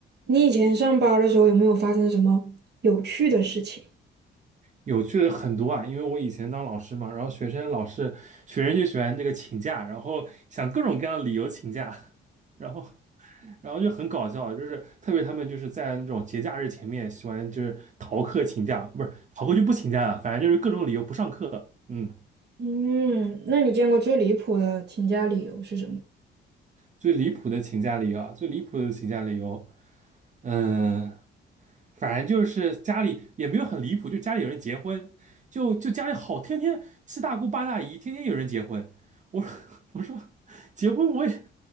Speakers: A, on the right; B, on the right.
A: 你以前上班儿的时候有没有发生什么有趣的事情？
B: 有趣的很多啊，因为我以前当老师嘛，然后学生老是学生就喜欢这个请假，然后想各种各样的理由请假，<laughs> 然后然后就很搞笑，就是特别他们就是在那种节假日前面喜欢就是逃课请假，不是逃课就不请假了，反正就是各种理由不上课。嗯，
A: 嗯，那你见过最离谱的请假理由是什么？
B: 最离谱的请假理由啊，最离谱的请假理由，嗯。反正就是家里也没有很离谱，就家里有人结婚，就就家里好，天天七大姑八大姨，天天有人结婚。我 <laughs> 我说结婚我也